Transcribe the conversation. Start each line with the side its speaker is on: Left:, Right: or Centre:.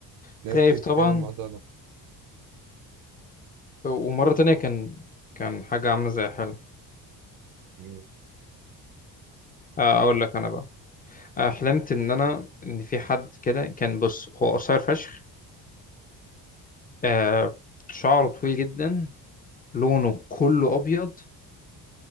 Left: خايف
Right: ناس كتير بتتكلم
Left: طبعا
Right: عن الموضوع ده
Left: ومرة تانية كان كان حاجة عاملة زي حلم
Right: مم.
Left: آه، أقول لك أنا بقى آه، حلمت إن أنا إن في حد كده كان بص هو قصير فشخ آه، شعره طويل جدا لونه كله ابيض